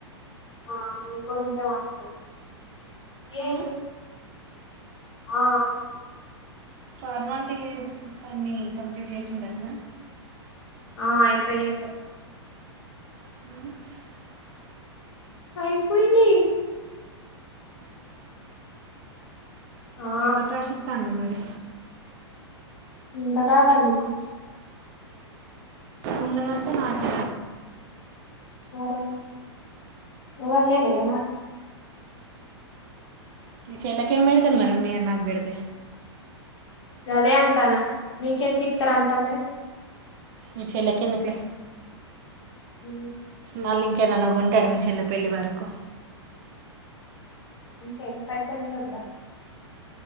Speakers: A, on the left; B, on the right.
A: ఆ ని గురించె మాట్లాడు ఏ
B: ఉమ్
A: ఆ
B: ఫార్మాలిటీస్ అన్నిీ కంప్లీట్ చేసిందట్ల
A: ఆ అయిపోయినట
B: <inaudible>
A: అయి పోయినయి. ఆ
B: ఏ పటరాశి త్తాన మరి
A: ఇంత కావాలి నీకు
B: ఉన్నదంత నాతోన్
A: అరే ఇవర్ లేరిగన
B: మీ చెల్లకేం బెడతారు మరి వున్నవి నాక్ బెడ్తే
A: అదే అంటానా నీకెందుకు ఇతారు అంతా మరి
B: మీ చెల్లేకేందుకు లే
A: ఉ
B: మళ్ళీ ఇంకేనాగుంటాడు చెల్ల పెళ్లి వరకు
A: ఉంటాయి పైసాలుండొద్దా